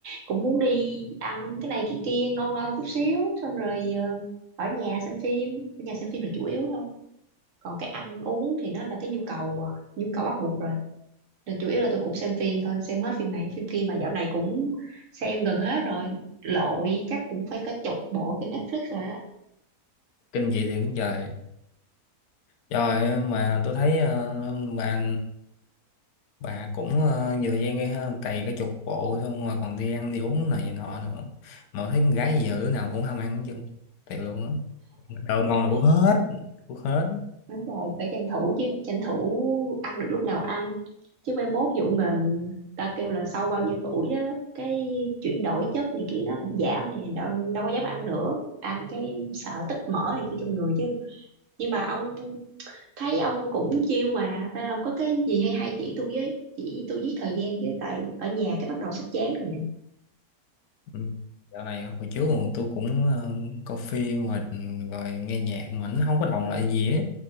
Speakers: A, on the right; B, on the left.
A: cũng muốn đi ăn cái này cái kia ngon ngon chút xíu xong rồi ờ, ở nhà xem phim ở nhà xem phim là chủ yếu thôi còn cái ăn uống thì nó là cái nhu cầu à, nhu cầu bắt buộc rồi nên chủ yếu là tôi cũng xem phim thôi xem hết phim này phim kia mà dạo này cũng xem gần hết rồi lội chắc cũng phải cả chục bộ trên Netflix rồi á
B: Kinh gì thì cũng trời. Trời mà tôi thấy ờ, bà bà cũng ờ, nhiều thời gian gây ha, cày cái chục bộ xong rồi còn đi ăn đi uống này nọ nữa. Mà tôi thấy con gái giờ đứa nào cũng ham ăn chứ. Thiệt luôn á. Đồ ngon là cũng hết, cũng hết.
A: đúng rồi phải tranh thủ chứ tranh thủ ăn được lúc nào ăn chứ mai mốt dụ mà ta kêu là sau bao nhiêu tuổi đó cái chuyển đổi chất này kia nó cũng giảm nè đâu đâu có dám ăn nữa ăn cái sợ tích mỡ này kia trong người chứ nhưng mà ông thấy ông cũng chiêu mà nên ông có cái gì hay hay chỉ tôi với chỉ tôi giết thời gian với tại ở nhà cái bắt đầu sắp chán rồi nè
B: Ừ. Dạo này á, hồi trước còn tôi cũng ờ, coi phim rồi, ừ, rồi nghe nhạc mà nó không có động lại gì á